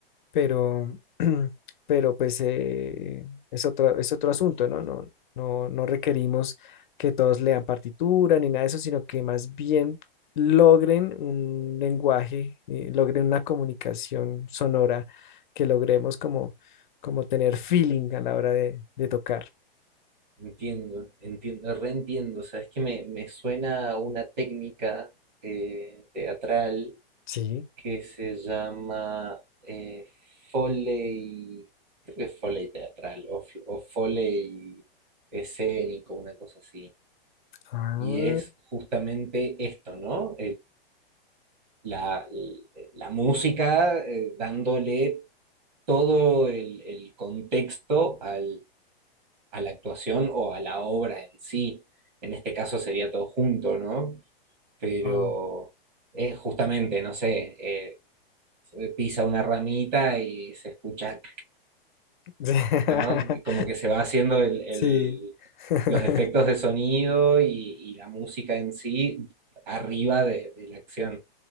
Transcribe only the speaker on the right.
entiendo, entiendo, reentiendo. O sea, es que me, me suena a una técnica eh, teatral
que se llama eh, Foley, creo que es Foley teatral o, f- o Foley escénico, una cosa así.
Y es justamente esto, ¿no? la, la música, eh, dándole todo el, el contexto al, a la actuación o a la obra en sí. En este caso sería todo junto, ¿no? Pero
eh, justamente, no sé, eh, eh, pisa una ramita y se escucha,
¿no? Y como que se va haciendo el, el-
los efectos de sonido y, y la música en sí arriba de, de la acción,